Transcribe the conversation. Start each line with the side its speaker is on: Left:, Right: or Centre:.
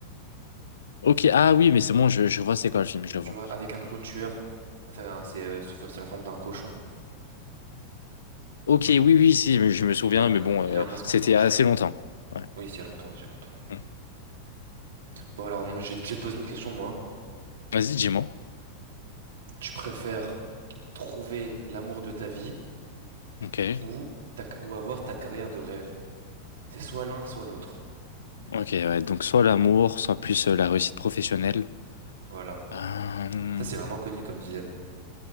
Left: Ok, ah oui, mais c'est bon, je, je vois c'est quoi le film, je le vois.
Right: tu vois, avec un clown tueur. Enfin, c'est euh, sous c'est la forme d'un cochon.
Left: Ok, oui, oui, si, mais je me souviens,
Right: Il a un,
Left: mais
Right: c-
Left: bon,
Right: il,
Left: euh,
Right: il a un masque
Left: c'était
Right: de cochon.
Left: assez longtemps.
Right: euh.
Left: Ouais.
Right: Oui, c'est il y a longtemps, c'est il y a longtemps.
Left: Hmm.
Right: Bon, alors, moi, je vais, je vais te poser une question, moi.
Left: Vas-y, dis-moi.
Right: Tu préfères trouver l'amour de ta vie
Left: Ok,
Right: ou, ta- ou avoir ta carrière de rêve? C'est soit l'un, soit l'autre.
Left: ok, ouais, donc soit l'amour, soit plus euh, la réussite professionnelle.
Right: Voilà.
Left: Euh,
Right: Ça, c'est vraiment connu comme dilemme.